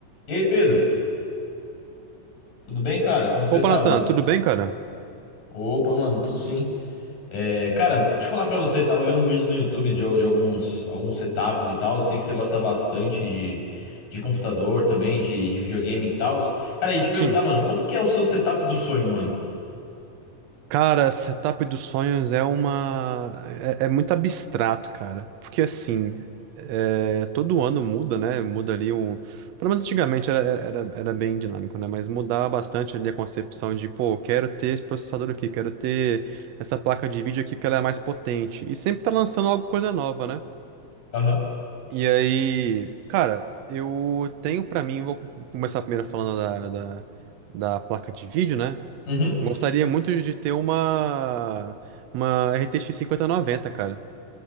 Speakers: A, on the left; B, on the right.
A: E aí, Pedro? Tudo bem, cara? Como que você
B: Opa,
A: tá,
B: Natan,
A: mano?
B: tudo bem, cara?
A: Opa, mano, tudo sim. É, cara, deixa eu falar pra você, tava vendo uns vídeos no YouTube de, de alguns, alguns setups e tal. Eu sei que você gosta bastante de, de computador também, de, de videogame e tal. Cara, e te perguntar,
B: Sim.
A: mano, como que é o seu setup do sonho, mano?
B: Cara, setup dos sonhos é uma. É, é muito abstrato, cara. Porque assim, é, todo ano muda, né? Muda ali um. Pelo menos antigamente era, era, era bem dinâmico, né? Mas mudava bastante ali a concepção de, pô, quero ter esse processador aqui, quero ter essa placa de vídeo aqui porque ela é mais potente. E sempre tá lançando alguma coisa nova, né?
A: Aham.
B: E aí, cara, eu tenho pra mim, vou começar primeiro falando da, da, da placa de vídeo, né?
A: Uhum.
B: Gostaria muito de ter uma, uma RTX noventa, cara.